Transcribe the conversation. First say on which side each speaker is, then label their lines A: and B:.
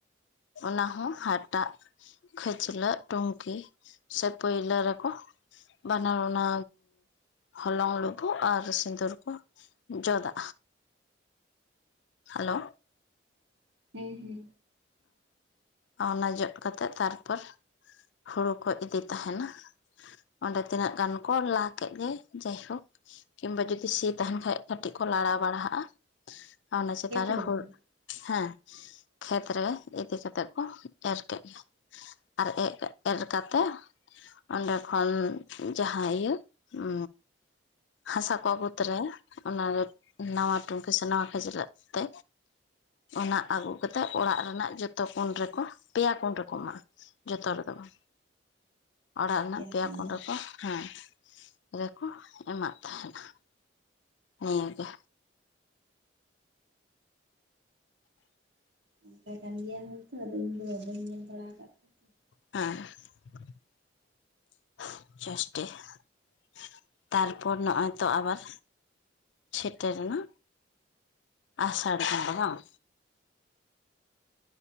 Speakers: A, on the left (about 70°); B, on the right (about 70°).
A: ᱚᱱᱟ ᱦᱚᱸ ᱦᱟᱴᱟᱜ ᱠᱷᱟᱹᱪᱞᱟᱹᱜ ᱴᱩᱱᱠᱤ ᱥᱮ ᱯᱟᱹᱭᱞᱟᱹ ᱨᱮᱠᱚ ᱵᱟᱱᱟᱨ ᱚᱱᱟ ᱦᱚᱞᱚᱝ ᱞᱩᱵᱩᱜ ᱟᱨ ᱥᱤᱸᱫᱩᱨ ᱠᱚ ᱡᱚᱫᱼᱟ ᱦᱮᱞᱳ
B: ᱦᱮᱸ ᱦᱮᱸ
A: ᱟᱣᱱᱟ ᱡᱚᱫ ᱠᱟᱛᱮᱫ ᱛᱟᱨᱯᱚᱨ ᱦᱩᱲᱩ ᱠᱚ ᱤᱫᱤ ᱛᱟᱦᱮᱱᱟ ᱟᱫᱚ ᱛᱤᱱᱟᱹᱜ ᱜᱟᱱ ᱠᱚ ᱞᱟᱠᱷ ᱪᱮᱫ ᱜᱮ ᱡᱟᱭᱦᱳᱠ ᱠᱤᱢᱵᱟ ᱡᱩᱫᱤ ᱥᱤ ᱛᱟᱦᱮᱱ ᱠᱷᱟᱡ ᱠᱟᱹᱴᱤᱡ ᱠᱚ ᱞᱟᱲᱟᱣ ᱵᱟᱲᱟᱦᱟᱜᱼᱟ ᱚᱱᱟ ᱪᱮᱛᱟᱱ
B: ᱠᱷᱮᱛ
A: ᱨᱮ
B: ᱨᱮᱛᱚ
A: ᱦᱮᱸ ᱠᱷᱮᱛ ᱨᱮ ᱤᱫᱤ ᱠᱟᱛᱮ ᱠᱚ ᱮᱨ ᱠᱮᱫ ᱜᱮ ᱟᱨ ᱮ ᱮᱨ ᱠᱟᱛᱮ ᱚᱱᱰᱮ ᱠᱷᱚᱱ ᱡᱟᱦᱟᱸ ᱤᱭᱟᱹ ᱩ ᱦᱟᱥᱟ ᱠᱚ ᱟᱜᱩ ᱛᱚᱨᱟᱭᱟ ᱚᱱᱟᱨᱮ ᱱᱟᱣᱟ ᱴᱩᱩᱱᱠᱤ ᱥᱮ ᱱᱟᱣᱟ ᱠᱷᱟᱹᱪᱞᱟᱜ ᱛᱮ ᱚᱱᱟ ᱟᱹᱜᱩ ᱠᱟᱛᱮ ᱚᱲᱟᱜ ᱨᱮᱱᱟᱜ ᱡᱚᱛᱚ ᱠᱩᱱ ᱨᱮᱠᱚ ᱯᱮᱭᱟ ᱠᱩᱱ ᱨᱮᱠᱚ ᱮᱢᱟᱜ-ᱟ ᱡᱚᱛᱚ ᱨᱮᱫᱚ ᱵᱟᱝ ᱚᱲᱟᱜ ᱨᱮᱱᱟᱜ ᱯᱮᱭᱟ
B: ᱠᱷᱚᱱ
A: ᱠᱩᱱ
B: ᱫᱚ
A: ᱨᱮᱠᱚ ᱦᱮᱸ ᱨᱮᱠᱚ ᱮᱢᱟᱜ ᱛᱟᱦᱮᱱᱟ ᱱᱤᱭᱟᱹᱜᱮ
B: ᱚᱱᱠᱟ ᱠᱟᱱ ᱜᱮᱭᱟ ᱦᱚᱭᱛᱳ ᱟᱫᱚ ᱤᱧ ᱫᱚ ᱵᱟᱹᱧ ᱧᱮᱞ ᱵᱟᱲᱟ ᱟᱠᱟᱫ ᱠᱚᱣᱟ ᱛᱚ
A: <unintelligible> ᱛᱟᱨᱯᱚᱨ ᱱᱚᱜᱼᱚᱭ ᱛᱚ ᱟᱵᱟᱨ ᱥᱮᱴᱮᱨᱮᱱᱟ ᱟᱥᱟᱲ ᱠᱚᱸᱜᱟ ᱵᱟᱝ